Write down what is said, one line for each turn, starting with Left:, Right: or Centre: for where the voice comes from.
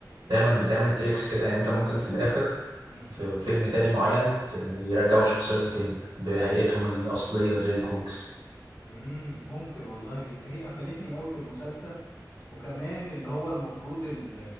Right: دايما بتعمل تريكس كده يعني أنت ممكن في الآخر
Left: مم.
Right: في فيلم تاني معين ت- يرجعوا الشخصيات دي تاني بهيئتهم الأصلية زي الكوميكس
Left: امم ممكن والله لان هي قفلتني قوي في المسلسل وكمان اللي هو المفروض ال